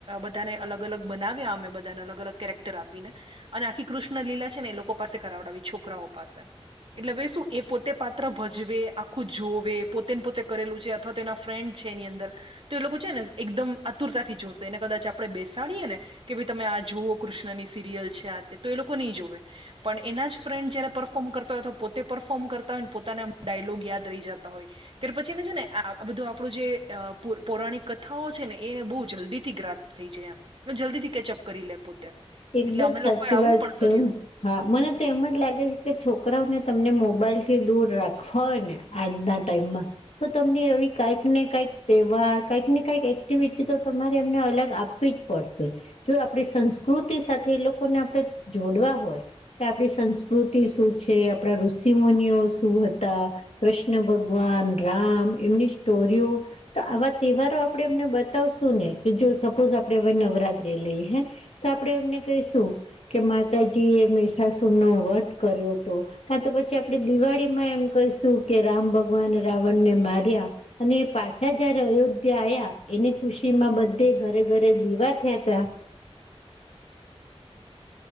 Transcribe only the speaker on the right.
બધાને અલગ અલગ બનાવ્યા અમે બધાને અલગ અલગ કેરેક્ટ આપીને અને આખી કૃષ્ણ લીલા છે ને એ લોકો પાસે કરાવડાવી છોકરાઓ પાસે એટલે શું એ પોતે પાત્ર ભજવે આખું જોવે પોતેને પોતે કરેલું છે અથવા તો એના ફ્રેન્ડ છે એની અંદર તો એ લોકો છે ને એકદમ આતુરતાથી જોશે એને કદાચ આપડણે બેસાડીએ ને કે ભાઈ તમે આ જુઓ કૃષ્ણની સિરિયલ છે આ તે તો એ લોકો નહીં જોવે પણ એના જ ફ્રેન્ડ જયારે પરફોર્મ કરતા હોયથ પોતે પરફોર્મ કરતા હોય ને પોતાના ડાયલોગ યાદ રહી જતા હોય તાર પછીને છે ને આ બધું આપણું જે પૌરાણિક કથાઓ છે ને એને બહુ જલ્દી થી ગ્રાપ થઈ જાય એમ જલ્દી થી કેચઅપ કરી લે પોતે
એટલે અમે
લોકોએ આવું
પણ
કર્યું